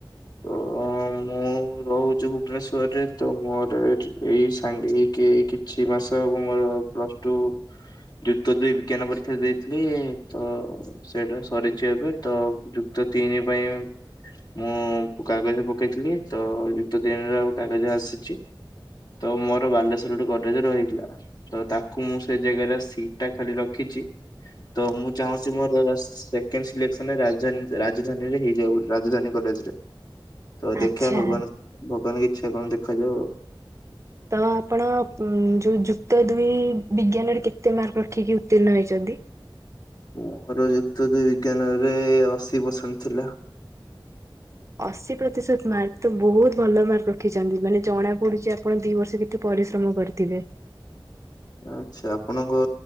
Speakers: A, on the left (about 55°); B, on the right (about 35°).
A: ତ ମୁଁ ରହୁଚୁ ଭୁବନେଶ୍ୱରରେ ତ ମୋର ଏଠି ଏଇ ସାଙ୍ଗେ କେଇ କିଛି ମାସ ହବ ମୋର ପ୍ଲସ୍ ଟୁ ଯୁକ୍ତ ଦୁଇ ବିଜ୍ଞାନ ପରୀକ୍ଷା ଦେଇଥିଲି ତ ସେଇଟା ସରିଛି ଏବେ ତ ଯୁକ୍ତ ତିନି ପାଇଁ ମୁଁ କାଗଜ ପକେଇଥିଲି ତ ଯୁକ୍ତ ଦୁଇ ଦିନରେ ଆଉ କାଗଜ ଆସିଛି। ତ ମୋର ବାଲେଶ୍ୱରର ଗଡ଼ରେଜର ହେଇଥିଲା ବା। ତ ତାକୁ ମୁଁ ସେ ଜାଗାରେ ସିଟ୍ ଟା ଖାଲି ରଖିଛି। ତ ମୁଁ ଚାହୁଁଛି ମୋର ସେକେଣ୍ଡ ସିଲେକ୍ସନରେ ରାଜଧାନୀ ରାଜଧାନୀରେ ହେଇଯାଉ। ରାଜଧାନୀ କଲେଜରେ ତ
B: ଆଚ୍ଛା
A: ଦେଖିଆ ଭଗବାନ ଭଗବାନଙ୍କ ଇଚ୍ଛା କଣ ଦେଖାଯାଉ ଆଉ।
B: ତ ଆପଣ ଯୁ-ଯୁ-ଯୁକ୍ତ ଦୁଇ ବିଜ୍ଞାନରେ କେତେ ମାର୍କ ରଖିକି ଉତ୍ତୀର୍ଣ୍ଣ ହେଇଛନ୍ତି।
A: ମୋର ଯୁକ୍ତ ଦୁଇ ବିଜ୍ଞାନରେ ଅଶୀ ପରସେଣ୍ଟ ଥିଲା।
B: ଅଶୀ ପ୍ରତିଶତ ମାର୍କ ତ ବହୁତ ଭଲ ମାର୍କ ରଖିଛନ୍ତି ମାନେ ଜଣା ପଡୁଛି ଆପଣ ଦି ବର୍ଷ ଭି ତରେ ପରିଶ୍ରମ କରିଥିବେ।
A: ଆଚ୍ଛା ଆପଣଙ୍କ